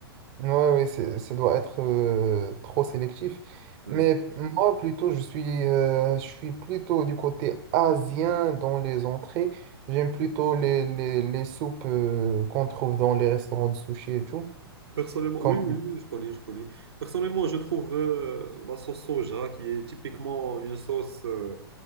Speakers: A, on the right; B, on the right.
A: Ouais, ouais, c'est- ça doit être euh, trop sélectif.
B: Ouais.
A: Mais moi, plutôt, je suis, euh, je suis plutôt du côté asien dans les entrées. J'aime plutôt les, les, les soupes euh, qu'on trouve dans les restaurants de sushi et tout.
B: Personnellement,
A: Comme...
B: oui, oui, oui, je connais, je connais. Personnellement, je trouve euh, la sauce soja, qui est typiquement une sauce, euh,